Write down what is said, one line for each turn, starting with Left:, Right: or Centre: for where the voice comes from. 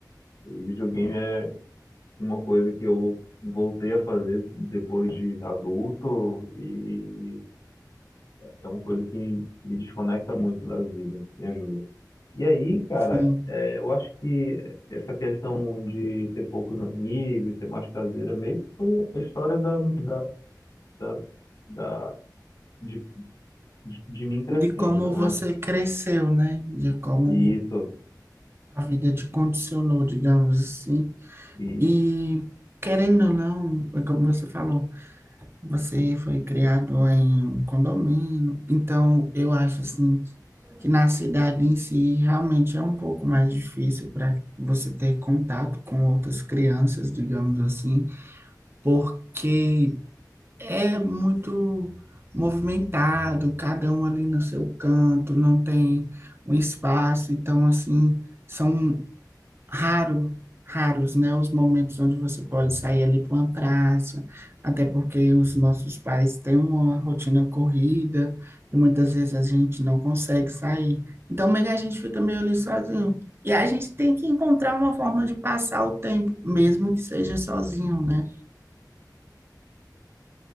Left: E videogame é uma coisa que eu voltei a fazer depois de adulto e é uma coisa que me desconecta muito da vida, me ajuda. E aí, cara,
Right: Sim.
Left: é, eu acho que essa questão de ter poucos amigos, ser mais caseira, meio que foi a história da, da, da, da- de, de, de mim crescendo,
Right: De como
Left: né?
Right: você cresceu, né? De como
Left: E isso.
Right: a vida te condicionou, digamos assim.
Left: E,
Right: E querendo ou não, é como você falou, você foi criado em um condomínio, então eu acho assim que na cidade em si realmente é um pouco mais difícil para você ter contato com outras crianças, digamos assim, porque é muito movimentado, cada um ali no seu canto, não tem um espaço, então assim, são raro, raros, né, os momentos onde você pode sair ali para uma praça, até porque os nossos pais têm uma rotina corrida e muitas vezes a gente não consegue sair. Então, meio que a gente fica meio ali sozinho. E a gente tem que encontrar uma forma de passar o tempo, mesmo que seja sozinho, né?